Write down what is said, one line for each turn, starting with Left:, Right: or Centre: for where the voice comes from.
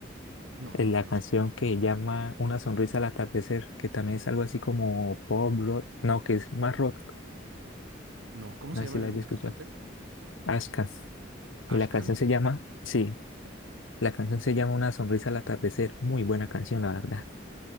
Right: No,
Left: en
Right: no lo
Left: la
Right: conozco.
Left: canción que llama Una sonrisa al atardecer, que también es algo así como pop rock, no, que es más rock,
Right: No, ¿cómo
Left: no
Right: se
Left: sé
Right: llama
Left: si
Right: el,
Left: la hayas
Right: el
Left: escuchado.
Right: cantante?
Left: Ashkan.
Right: Ashkan.
Left: Y la canción se llama, sí, la canción se llama Una sonrisa al atardecer. Muy buena canción, la verdad.